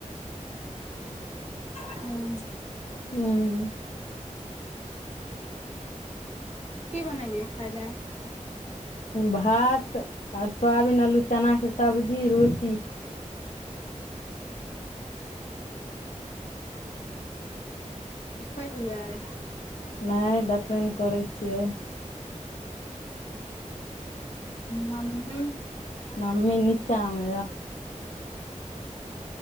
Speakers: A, on the left; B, on the left.
A: <inaudible>
B: हूं।
A: हूं।
B: कि बनैलियै खाय लै?
A: भात आर सोयाबीन, आलू, चनाके सब्जी, रोटी।
B: खैलियै?
A: नै दतमैन करै छियै।
B: मम्मी?
A: मम्मी निचामे यै।